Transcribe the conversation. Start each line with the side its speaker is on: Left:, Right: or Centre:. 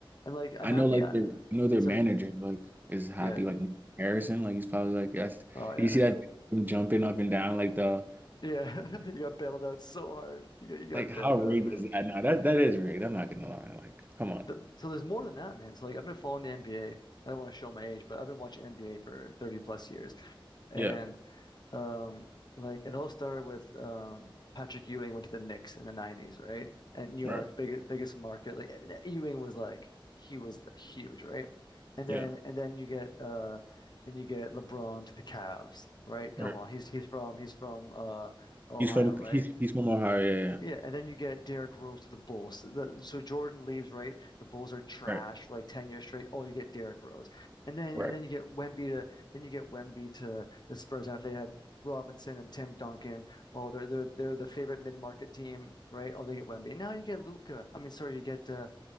Left: And like I'm
Right: I
Left: happy
Right: know, like,
Left: I,
Right: their I know their
Left: it's
Right: manager,
Left: like
Right: like, is happy.
Left: yeah,
Right: Like Nick Harrison, like, he's probably like, yes.
Left: oh yeah.
Right: You see that video of him jumping up and down, like the,
Left: Yeah. <laughs> You got bailed out so hard. You got you got
Right: like, how
Left: bailed
Right: rigged
Left: out, man.
Right: is that now? That that is rigged. I'm not gonna lie. Like, come on.
Left: Th so there's more than that, man. It's like I've been following the NBA. I don't want to show my age, but I've been watching NBA for 30 plus years. And
Right: Yeah,
Left: Um, like it all started with um, Patrick Ewing went to the Knicks in the 90s, right? And New York,
Right: right.
Left: biggest biggest market. Like eh, eh, Ewing was like he was huge, right? And
Right: Yeah,
Left: then and then you get uh then you get LeBron to the Cavs, right? Come
Right: right.
Left: on, he's he's from he's from uh Ohio,
Right: He's from
Left: right?
Right: he's he's from Ohio. Yeah, yeah.
Left: Yeah, and then you get Derrick Rose to the Bulls. The, so Jordan leaves, right? The Bulls are trash
Right: Right,
Left: for like 10 years straight. Oh, you get Derrick Rose. And then
Right: right.
Left: and then you get Wemby to then you get Wemby to the Spurs after they had Robinson and Tim Duncan. Oh, they're they're they're the favorite mid-market team, right? Oh, they get Wemby. And now you get Luca. I mean, sorry, you get uh,